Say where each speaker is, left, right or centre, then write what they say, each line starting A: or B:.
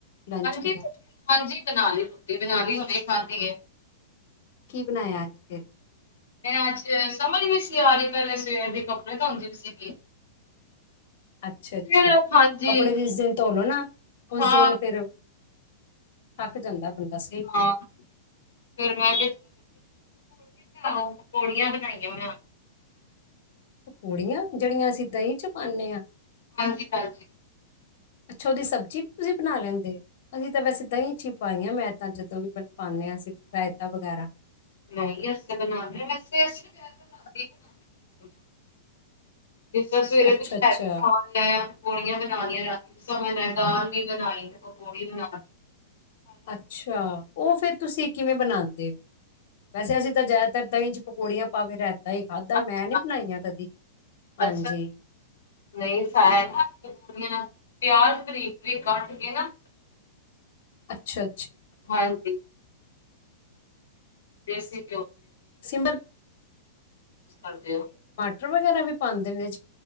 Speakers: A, on the left; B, on the left.
A: ਲੰਚ
B: ਹਾਂਜੀ
A: ਵਗੈਰਾ
B: ਹਾਂਜੀ ਬਨਾਲੀ ਰੋਟੀ ਬਨਾਲੀ ਹੁਣੇ ਖਾਦੀ ਏ
A: ਕੀ ਬਣਾਇਆ ਅੱਜ ਫਿਰ
B: ਮੈ ਅੱਜ ਸਮਝ ਵੀ ਸੀ ਆ ਰਹੀ ਪਹਿਲੇ ਸਵੇਰ ਦੇ ਕੱਪੜੇ ਧੋਦੀ ਵੀ ਸੀਗੀ
A: ਅੱਛਾ-ਅੱਛਾ
B: ਫਿਰ ਹਾਂਜੀ
A: ਕੱਪੜੇ ਜਿਸ ਦਿਨ ਧੋਲੋ ਨਾ ਉਸ
B: ਹਾਂ
A: ਦਿਨ ਫਿਰ ਹੱਕ ਜਾਂਦਾ ਬੰਦਾ ਸਹੀ
B: <unintelligible>
A: ਗੱਲ
B: ਪੌੜੀਆਂ ਲਓ ਪ ਪੌੜੀਆਂ ਬਣਾਈਆਂ ਵਾ
A: ਪੂੜੀਆਂ ਜਿਹੜੀਆਂ ਅਸੀਂ ਦਹੀਂ ਚ ਪਾਉਦੇ ਹਾਂ
B: ਹਾਂਜੀ ਹਾਂਜੀ
A: ਅੱਛੋਦੀ ਸਬਜ਼ੀ ਤੁਸੀਂ ਬਣਾ ਲੈਂਦੇ ਹੋ ਅਸੀਂ ਤਾਂ ਵੈਸੇ ਦਹੀਂ ਚ ਹੀ ਪਾਈ ਹਾਂ ਮੈਂ ਤਾਂ ਜਦੋਂ ਵੀ ਪਾਉਂਦੇ ਹਾਂ ਅਸੀਂ ਰਾਇਤਾ ਵਗੈਰਾ
B: ਨਹੀਂ ਅਸੀਂ ਬਣਾਣੇ ਵਸ <inaudible> ਜਿਸ ਤਰਾ ਸਵੇਰੇ
A: ਅੱਛਾ
B: ਤੋਂ
A: ਅੱਛਾ
B: ਹੈਵੀ ਖਾਣ ਲੈ ਆ ਪਕੌੜੀਆਂ ਬਣਾ ਲਈਆਂ ਰਾਤੀ ਦਾ ਸਮਾਂ ਡਾਂ ਵੀ ਬਣਾਈ ਪਕੌੜੀ ਬਣਾਈ।
A: ਅੱਛਾ ਉਹ ਫਿਰ ਤੁਸੀਂ ਕਿਵੇਂ ਬਣਾ ਦ ਔ ਵੈਸੇ ਅਸੀਂ ਤਾਂ ਜ਼ਿਆਦਾਤਰ ਦਈ ਇੰਚ ਪਕੌੜੀਆਂ ਪਾਕੇ ਰਹਿ ਹੀ ਖਾਧਾ
B: ਅੱਛਾ।
A: ਮੈਂ ਨੀ ਬਣਾਈਆਂ ਕਦੀ ਹਾਂਜੀ।
B: ਅੱਛਾ ਨਹੀਂ ਸਾਇਆ ਨਾ ਪਕੌੜੀਆਂ ਪਿਆਜ ਬਰੀਕ-ਬਰੀਕ ਕੱਟ ਕੇ ਨਾ
A: ਅੱਛਾ,
B: ਹਾਂਜੀ, <inaudible> <unintelligible>
A: ਸਿੰਪਲ
B: ਕਰਦੇ ਹੋ।
A: ਟਰ ਵਗੈਰਾ ਵੀ ਪਾਂਦੇ ਨੇ ਏ ਚ।